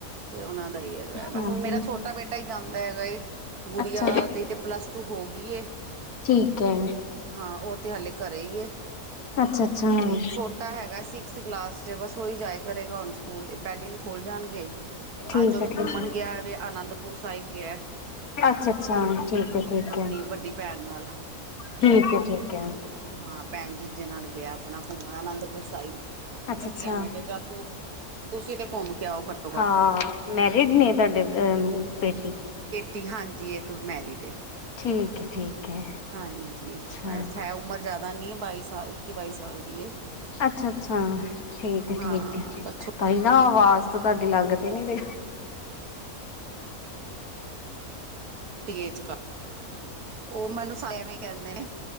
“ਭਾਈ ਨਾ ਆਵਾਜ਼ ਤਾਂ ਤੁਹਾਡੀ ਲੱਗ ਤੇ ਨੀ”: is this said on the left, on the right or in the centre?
Left